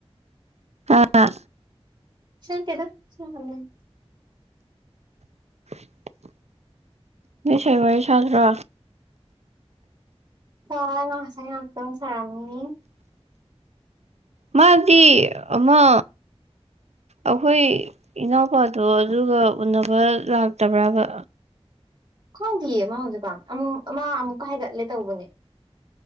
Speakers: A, on the right; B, on the right.
A: ꯑꯥ
B: ꯁꯟꯇꯦꯗ ꯁꯨꯝ ꯍꯪꯕꯅꯤ
A: <inaudible> ꯅꯣꯏ ꯁꯥꯏ ꯋꯥꯔꯤ ꯁꯥꯟꯅꯗ꯭ꯔꯣ
B: ꯁꯥꯏ ꯉꯁꯥꯏ ꯉꯥꯛꯇꯪ ꯁꯥꯔꯝꯅꯤ
A: ꯃꯥꯗꯤ ꯑꯃ ꯑꯈꯣꯏ ꯏꯅꯥꯎꯄꯗꯣ ꯑꯗꯨꯒ ꯎꯅꯕ ꯂꯥꯛꯇꯕ꯭ꯔꯥꯕ
B: ꯈꯪꯗꯤꯌꯦ ꯃꯥ ꯍꯧꯖꯤꯛꯀꯥꯟ ꯑꯃ ꯃꯥ ꯑꯃꯨꯛꯀ ꯍꯥꯏꯒꯠꯂꯦ ꯇꯧꯕꯅꯦ